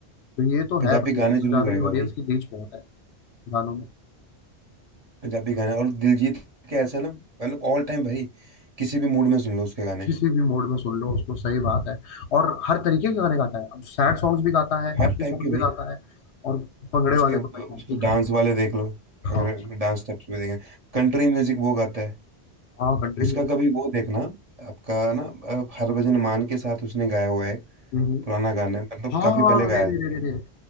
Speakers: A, on the left; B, on the right.
A: तो ये तो
B: पंजाबी
A: है भाई
B: गाने
A: कि पंजाबी
B: जरूर गाएगा
A: ऑडियंस
B: भाई
A: की रीच बहुत है गानों में
B: पंजाबी गाने और दिलजीत के ऐसे ना मतलब ऑल टाइम भाई किसी भी मूड में सुन लो उसके गाने
A: किसी भी मोड में सुन लो उसको सही बात है और हर तरीके के गाने गाता है अब सैड सॉन्ग्स भी गाता है
B: हर
A: हैप्पी
B: टाइप
A: सॉन्ग्स
B: के
A: भी
B: भाई
A: गाता है और भंगड़े
B: उसके
A: वाले तो भाई बात
B: उसके
A: ही
B: डांस
A: खत्म
B: वाले देख लो
A: हाँ
B: अगर डांस स्टेप्स में देखें कंट्री म्यूजिक वो गाता है
A: हाँ कंट्री
B: उसका कभी वो देखना आपका ना अ, हरभजन मान के साथ उसने गाया हुआ है एक
A: म्यूजिक
B: पुराना गाना है मतलब
A: हाँ
B: काफी
A: हाँ,
B: पहले गाया
A: अरे रे
B: था उसने
A: रे रे रे